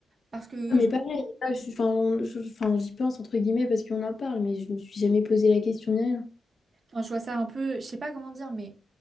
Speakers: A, on the right; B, on the left.
A: parce que
B: Ah, mais
A: je-
B: pareil, là, je suis- enfin, on- je- enfin, j'y pense entre guillemets parce qu'on en parle, mais je me suis jamais posé la question ni rien.
A: enfin, je vois ça un peu, je sais pas comment dire, mais